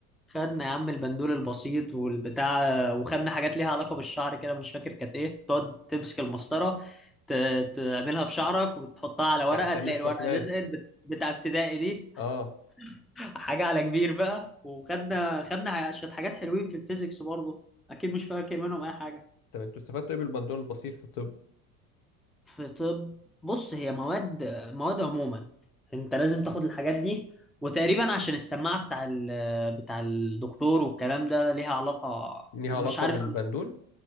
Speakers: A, in the centre; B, on the left.
A: خدنا يا عم البندول البسيط والبتاع وخدنا حاجات ليها علاقة بالشعر كده مش فاكر كانت ايه تقعد تمسك المسطرة ت- تعملها في شعرك وتحطها على
B: بتاع-
A: ورقة
B: بتعمل
A: تلاقي
B: الشحنات
A: الورقة لزقت
B: دي.
A: بت- بتاع ابتدائي دي
B: اه
A: حاجة على كبير بقى وخدنا خدنا ح- شوية حاجات حلوين في الفيزيكس برضه أكيد مش فاكر منهم أي حاجة
B: طب انتوا استفدتوا ايه بالبندول البسيط في الطب
A: في طب بص هي مواد مواد عموما أنت لازم تاخد الحاجات دي وتقريبا عشان السماعة بتاع ال- بتاع الدكتور والكلام ده ليها علاقة
B: ليها
A: مش
B: علاقة
A: عارف
B: بالبندول